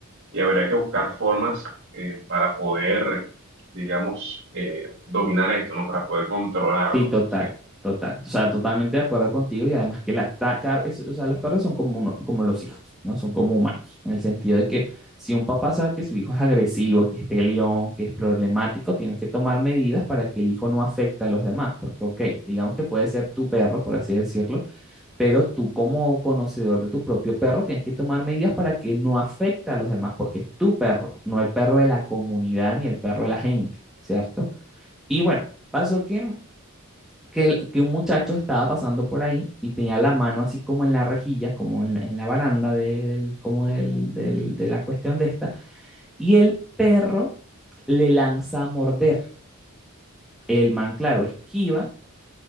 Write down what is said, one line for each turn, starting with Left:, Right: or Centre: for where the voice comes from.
Right: y habría que buscar formas eh, para poder, digamos, eh, dominar esto, ¿no? Para poder controlarlo.
Centre: Sí, total,
Right: O
Centre: total. O sea, totalmente de acuerdo contigo y además que las, ta- cada- es- o sea, los perros son como, uno- como los hijos, ¿no? Son como humanos, en el sentido de que si un papá sabe que su hijo es agresivo, que es peleón, que es problemático, tienes que tomar medidas para que el hijo no afecte a los demás, porque, ok, digamos que puede ser tu perro, por así decirlo, pero tú como conocedor de tu propio perro tienes que tomar medidas para que no afecte a los demás, porque es tu perro, no el perro de la comunidad ni el perro de la gente, ¿cierto? Y bueno, pasó que que, el- que un muchacho estaba pasando por ahí y tenía la mano así como en la rejilla, como en, la- en la baranda de, del- como del- del- de la cuestión de esta, y el perro le lanza a morder. El man, claro, esquiva